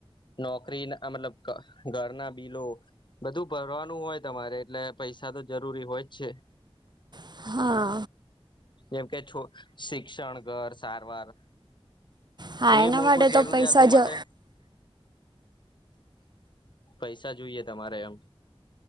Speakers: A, on the left; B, on the right.
A: નોકરી મતલબ ઘરના બિલો. બધું ભરવાનું હોય તમારે એટલે પૈસા તો જરૂરી હોય જ છે.
B: હા
A: એમ કે છોક શિક્ષણ ઘર સારવાર,
B: હા
A: એવી
B: એના
A: મૂળભૂત
B: માટે તો
A: જરૂરિયાતો
B: પૈસા જ
A: માટે પૈસા જોઈએ તમારે એમ,